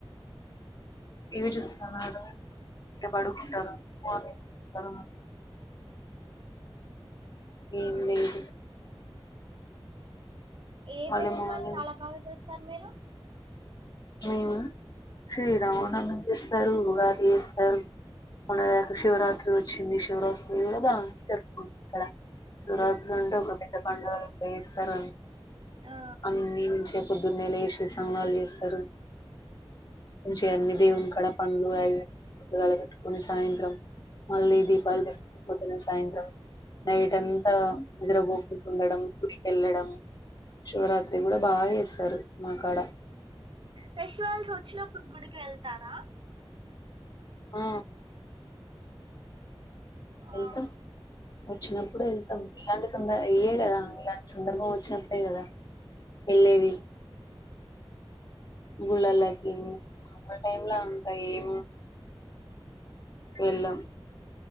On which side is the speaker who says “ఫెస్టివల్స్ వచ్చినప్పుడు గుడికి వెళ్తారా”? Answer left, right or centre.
Right